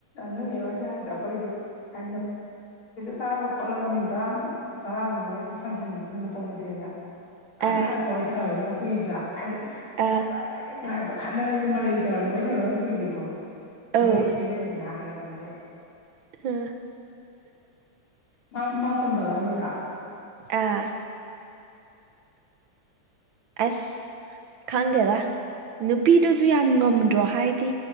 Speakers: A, on the left; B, on the right.
A: ꯅꯣꯏ ꯍꯔꯣꯏꯗꯤ ꯍꯥꯏꯗꯣ ꯑꯩꯈꯣꯏꯗꯤ <unintelligible> ꯆꯥꯕ ꯈꯣꯠꯂꯕ ꯃꯤꯅꯤꯠ ꯇꯔꯥ ꯇꯔꯥꯒꯨꯝꯕ ꯋꯥꯔꯤ ꯄꯨꯡꯈꯥꯏꯊꯟꯗꯗꯤ ꯑꯗꯨꯝ ꯃꯇꯝ ꯂꯩꯇꯦꯅ
B: ꯑꯥ
A: ꯈꯟꯅꯔꯒ ꯋꯥꯔꯤ ꯁꯦꯅꯕꯖꯦ ꯌꯥꯝ ꯀꯨꯏꯗ꯭ꯔꯥ ꯍꯥꯏꯕꯗꯤ
B: ꯑꯥ
A: ꯅꯪ ꯈꯠꯅꯔꯗꯤ ꯃꯔꯩ ꯇꯧꯔꯗꯤ ꯋꯥꯔꯤ ꯁꯥꯟꯅꯕ ꯌꯥꯝ ꯀꯨꯏꯕꯗꯣ
B: ꯑꯧ
A: ꯃꯔꯩ ꯊꯤ ꯂꯩꯔꯦꯅ ꯍꯥꯏꯔꯕꯅꯦꯕ
B: ꯍꯥ
A: ꯃꯥ ꯃꯥ ꯐꯣꯟ ꯇꯧꯔꯛ ꯑꯥꯝꯃꯤꯔꯣ
B: ꯑꯥ ꯑꯁ ꯈꯪꯗꯦꯗ ꯅꯨꯄꯤꯗꯨꯖꯨ ꯌꯥꯝ ꯉꯝꯗ꯭ꯔꯣ ꯍꯥꯏꯗꯤ